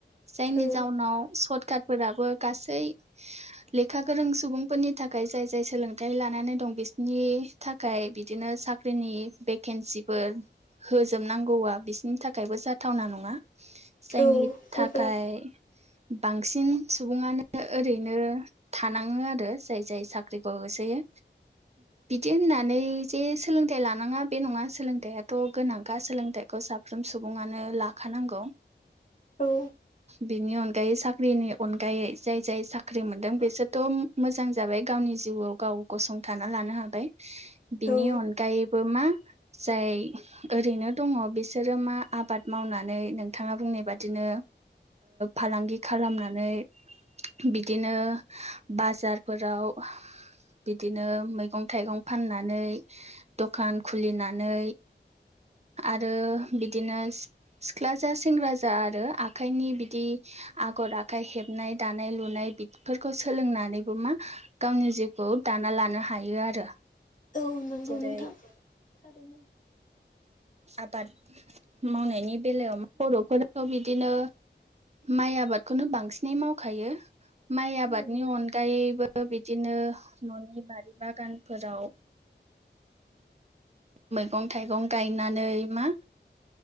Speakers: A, on the right (about 35°); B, on the left (about 45°).
A: जायनि
B: औ
A: जाउनाव सरकारफोराबो गासै लेखा गोरों सुबुंफोरनि थाखाय जाय जाय सोलोंथायाइ लानानै दं बिसिनि थाखाय बिदिनो साख्रिनि भेकेन्सिफोर होजोबनांगौआ बिसोरनि थाखायबो जाथावना नङा जायनि
B: औ गोब्राब
A: थाखाय बांसिन सुबुङानो ओरैनो थानाङो आरो जाय जाय साख्रिखौ होसोयो बिदि होननानै जे सोलोंथाइ लानाङा बे नङा सोलोंथाइयाथ' गोनांखा सोलोंथाइखौ साब साफ्रोम सुबुङानो लाखानांगौ
B: औ
A: बिनि अनगायै साख्रिनि अनगायै जाय जाय साख्रि मोनदों बिसोरथ' मोजां जाबाय गावनि जिउआव गाव गसंथाना लानो हाबाय बिनि
B: औ
A: अनगायैबो मा जाय ओरैनो दङ बिसोरो मा आबाद मावनानै नोंथाङा बुंनाय बेबादिनो फालांगि खालामनानै बिदिनो बाजारफोराव बिदिनो मैगं थाइगं फाननानै दखान खुलिनानै आरो बिदिनो सिख्ला जा सेंग्रा जा आरो आखाइनि बिदि आगर आखाइ हेबनाय दानाय लुनाय बिदि बेफोरखौ सोलोंनानैबो मा गावनि जिउखौ दाना लानो हायो आरो
B: औ नंगौ
A: जेरै
B: नोंथां थारैनो
A: आबाद मावनायनि बेलायाव बर'फोरथ' बिदिनो माइ आबादखौनो बांसिनै मावखायो माइ आबादनि
B: नंगौ
A: अनगायैबो बिदिनो न'नि बारि बागानफोराव मैगं थाइगं गायनानै मा